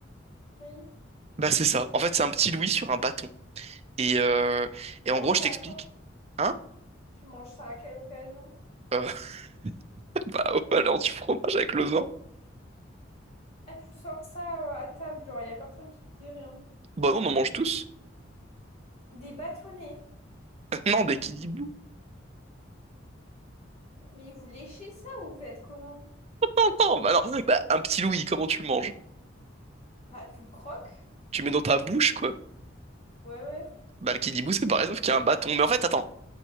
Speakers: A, on the left (about 30°); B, on the right (about 30°).
A: Oui.
B: Bah c'est ça. En fait, c'est un petit Louis sur un bâton. Et, euh, et
A: Tu
B: en
A: manges
B: gros, je
A: ça
B: t'explique.
A: quand?
B: Hein?
A: Tu manges ça à quelle occasion?
B: Euh, <laughs> bah, ouais, alors du fromage avec le vin?
A: Ah, tu sors ça euh, à table, genre, y a personne qui te dit rien.
B: Bah non, on en mange tous.
A: Des bâtonnets.
B: <laughs> Non, des kidibou.
A: Mais vous léchez ça ou vous faites comment?
B: <laughs> Non, bah non. Bah, un petit Louis, comment tu le manges?
A: Bah, tu croques.
B: Tu le mets dans ta bouche, quoi.
A: Ouais, ouais.
B: Bah le kidibou, c'est pareil, sauf qu'il y a un bâton. Mais en fait, attends.